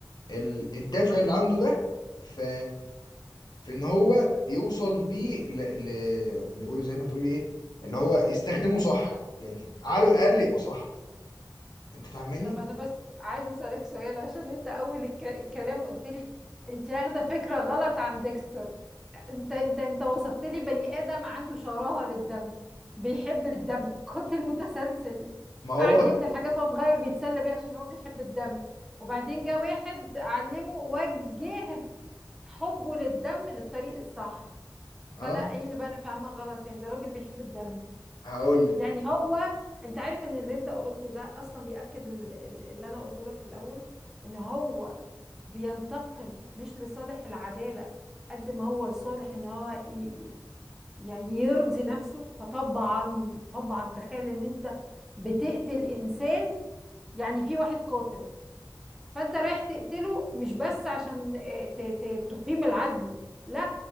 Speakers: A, on the left; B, in the centre.
A: ال- الدافع اللي عنده ده في في ان هو يوصل بيه ل... ل... لقول زي ما تقولي ايه اللي هو يستخدمه صح يعني على الاقل يبقى صح انت فاهماني
B: طب انا بس عايزه اسالك سؤال عشان انت اول الك... الكلام قلت لي انت واخده فكره غلط عن ديكستر انت انت انت وصفت لي بني ادم عنده شراهه للدم بيحب الدم قاتل متسلسل
A: ما هو
B: قعد يقتل حاجات وهو صغير بيتسلى بيها عشان هو بيحب الدم وبعدين جه واحد علمه وجه حبه للدم للطريق الصح
A: اه
B: فانا ايه اللي بقى انا فاهمه غلط يعني ده راجل بيحب الدم
A: هقول لك
B: يعني هو انت عارف ان اللي انت قلته ده اصلا بيأكد ال- ال- اللي انا قلته لك في الاول ان هو بينتقم مش لصالح العدالة قد ما هو لصالح ان هو ي... ي- يعني يرضي نفسه فطبعا طبعا تخيل ان انت بتقتل انسان يعني في واحد قاتل فانت رايح تقتله مش بس عشان آه، ت- ت- تقيم العدل لا